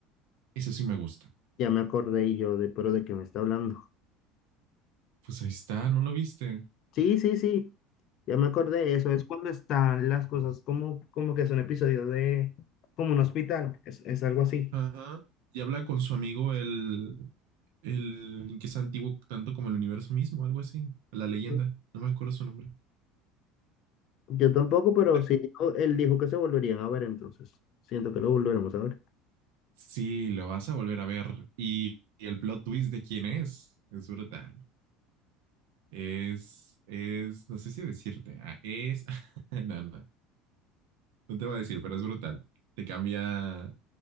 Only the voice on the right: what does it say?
Eso sí me gusta.
Pues ahí está, ¿no lo viste?
Ajá. Y habla con su amigo el, el que es antiguo tanto como el universo mismo, algo así. La leyenda.
No me acuerdo su nombre.
¿Te acu-
Sí, lo vas a volver a ver. Y, y el plot twist de quién es. Es brutal. Es, es, no sé si decirte. ah, es, <laughs> no, no, no te voy a decir, pero es brutal. Te cambia.